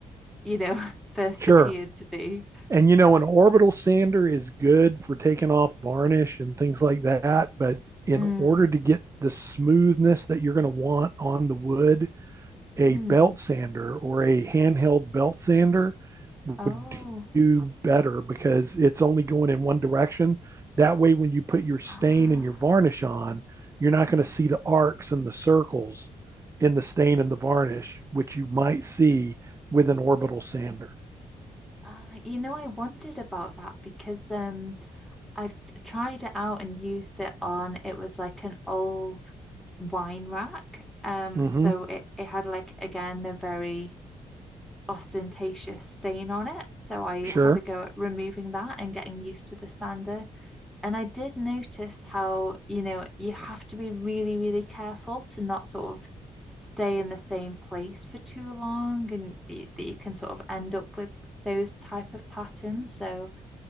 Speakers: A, in the centre; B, on the right.
A: you know, <laughs> first
B: Sure.
A: appeared to be.
B: And you know, an orbital sander is good for taking off varnish and things like that. But in
A: Mm,
B: order to get the smoothness that you're going to want on the wood, a
A: mm.
B: belt sander or a handheld belt sander
A: Oh.
B: would do better because it's only going in one direction. That way, when you put your stain
A: Ah.
B: and your varnish on, you're not going to see the arcs and the circles in the stain and the varnish, which you might see with an orbital sander.
A: Uh, you know, I wondered about that because um, I've tried it out and used it on, it was like an old wine rack. Um,
B: Mm-hmm.
A: so it, it had like, again, a very ostentatious stain on it. So I
B: Sure.
A: had a go at removing that and getting used to the sander. And I did notice how, you know, you have to be really, really careful to not sort of stay in the same place for too long and th- that you can sort of end up with those type of patterns. So